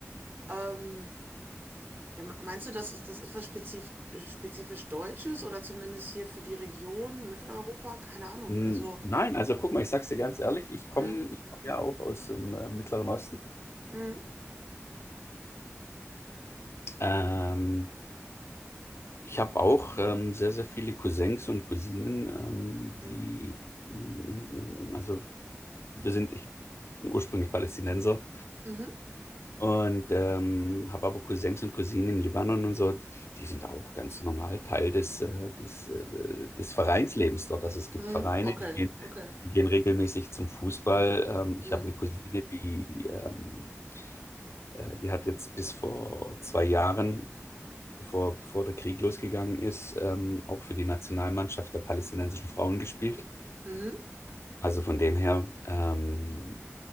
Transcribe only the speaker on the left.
Hm,
Nein, also guck mal, ich sag's dir ganz ehrlich, ich komme
ich komm ja auch aus dem äh, Mittleren Osten.
Ähm, Ich habe auch ähm, sehr, sehr viele Cousins und Cousinen, ähm,
die, im, im, im- also wir sind, ich bin ursprünglich Palästinenser
und ähm, habe aber Cousins und Cousinen im Libanon und so, die, die sind auch ganz normal Teil des, äh, des, äh, des Vereinslebens dort. Also es gibt
Vereine,
die gehen,
die gehen regelmäßig zum Fußball. Ähm,
ich habe eine Cousine, die, ähm, äh, die hat jetzt bis vor zwei Jahren bevor, bevor der Krieg losgegangen ist, ähm, auch für die Nationalmannschaft der palästinensischen Frauen gespielt.
Also von dem her ähm,